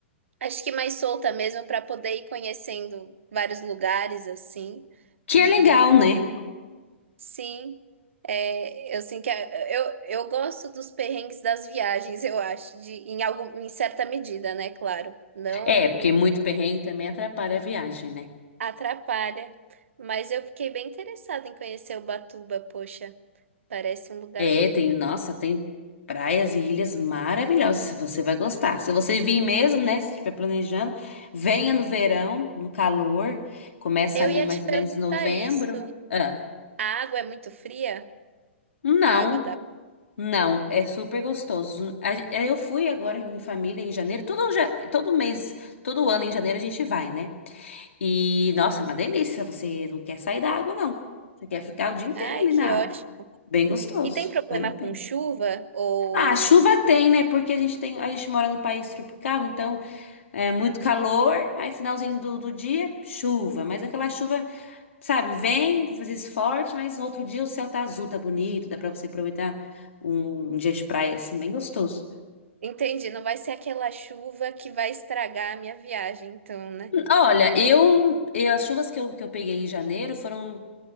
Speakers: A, on the right; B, on the left.
A: Acho que mais solta mesmo, para poder ir conhecendo vários lugares, assim.
B: Que
A: E
B: é legal, né?
A: sim, é, eu sinto que. a- Eu, eu gosto dos perrengues das viagens, eu acho, de, em, algum, em certa medida, né? Claro. Não
B: É, porque muito perrengue também atrapalha a viagem, né?
A: atrapalha. Mas eu fiquei bem interessada em conhecer Ubatuba, poxa. Parece um lugar
B: É,
A: bem.
B: tem, nossa, tem praias e ilhas maravilhosas, você vai gostar. Se você vir mesmo, né, se estiver planejando, venha no verão, no calor, começa
A: Eu
B: ali
A: ia
B: mais
A: te
B: ou
A: perguntar
B: menos em novembro.
A: isso.
B: Ah,
A: A água é muito fria?
B: não.
A: A água da.
B: Não, é super gostoso. A- é, Eu fui agora em família em janeiro, todo, ja- todo mês, todo ano em janeiro a gente vai, né? E nossa, é uma delícia. Você não quer sair da água, não. Você quer ficar o dia inteiro
A: Ai,
B: ali
A: que
B: na
A: ótimo.
B: água. Bem gostoso,
A: E tem problema
B: vale a pena.
A: com chuva? Ou.
B: Ah, chuva tem, né? Porque a gente tem, a gente mora no país tropical, então é muito calor. Aí finalzinho do, do dia, chuva. Mas aquela chuva, sabe, vem, às vezes forte, mas no outro dia o céu tá azul, tá bonito, dá pra você aproveitar um, um dia de praia assim, bem gostoso.
A: Entendi, não vai ser aquela chuva que vai estragar a minha viagem, então, né?
B: Olha, eu, eu- as chuvas que eu, que eu peguei em janeiro foram